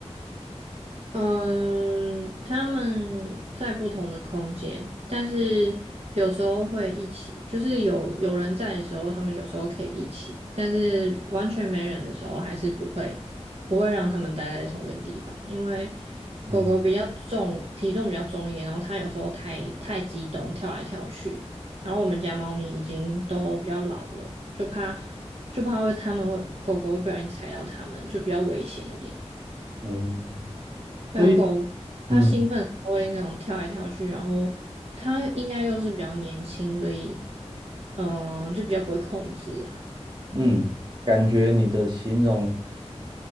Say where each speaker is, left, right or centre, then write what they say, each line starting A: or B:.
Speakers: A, on the right; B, on the right.
A: 嗯，他们在不同的空间，但是有时候会一起，就是有有人在的时候，他们有时候可以一起，但是完全没人的时候，还是不会不会让他们待在同一个地方，因为狗狗比较重，
B: 嗯
A: 体重比较重一点，然后它有时候太太激动，跳来跳去，然后我们家猫咪已经都比较老了，就怕就怕会它们会狗狗会不小心踩到它们，就比较危险一点。
B: 嗯。
A: 对啊，
B: 所以。
A: 狗它兴奋的时候会那种跳来跳去，
B: 嗯
A: 然后它应该又是比较年轻，所以嗯，呃就比较不会控制啊。
B: 嗯，感觉你的形容